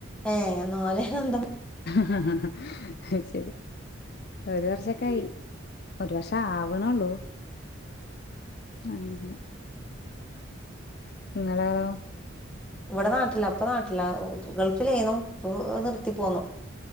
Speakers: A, in the centre; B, on the left (about 50°).
A: ഏ ഞാ നോല എന്ത
B: ആ ശരി ഒരു വർഷൊക്കയി ഒരുപക്ഷേ ആവണള്ളൂ അനെ നിങ്ങളോ
A: ഇവിടെ നാട്ടില്ല അപ്പ നാട്ടില്ല ഗൾഫിലേന്നു ഇപ്പ നിർത്തി പോന്നു